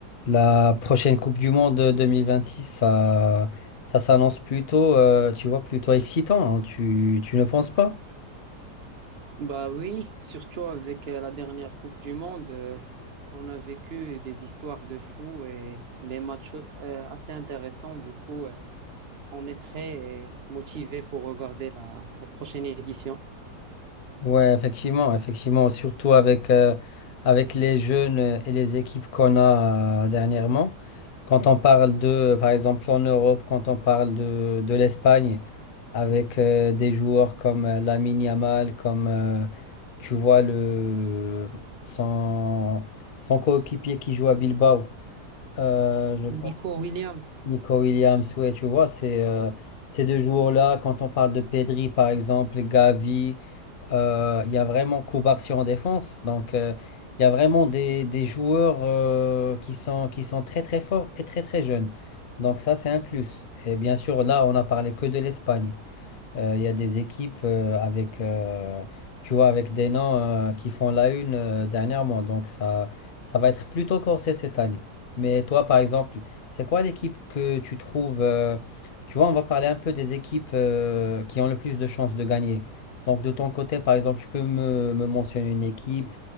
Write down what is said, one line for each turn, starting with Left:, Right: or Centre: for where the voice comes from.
Left: La prochaine Coupe du Monde 2026, ça, ça s'annonce plutôt, euh, tu vois, plutôt excitant, hein, tu, tu ne penses pas?
Right: Bah oui, surtout avec euh, la dernière Coupe du Monde, euh, on a vécu des histoires de fous et des matchs euh, assez intéressants. Du coup, euh, on est très motivé pour regarder la, la prochaine édition.
Left: Ouais, effectivement, effectivement, surtout avec, euh, avec les jeunes et les équipes qu'on a euh, dernièrement. Quand on parle de, par exemple, en Europe, quand on parle de, de l'Espagne, avec euh, des joueurs comme euh, Lamine Yamal, comme, euh, tu vois, le, son, son coéquipier qui joue à Bilbao. Euh, je
Right: Nico
Left: pense
Right: Williams,
Left: que Nico Williams, ouais, tu vois, c'est euh, ces deux jours-là, quand on parle de Pedri, par exemple, Gavi, euh, il y a vraiment Koubarsi en défense. Donc, euh, il y a vraiment des, des joueurs euh, qui sont, qui sont très, très forts et très, très jeunes. Donc, ça, c'est un plus. Et bien sûr, là, on n'a parlé que de l'Espagne. Euh, Il y a des équipes euh, avec, euh, tu vois, avec des noms euh, qui font la une euh, dernièrement. Donc ça, ça va être plutôt corsé cette année. Mais toi, par exemple, c'est quoi l'équipe que tu trouves... euh, tu vois, on va parler un peu des équipes euh, qui ont le plus de chances de gagner. Donc de ton côté, par exemple, tu peux me, me mentionner une équipe,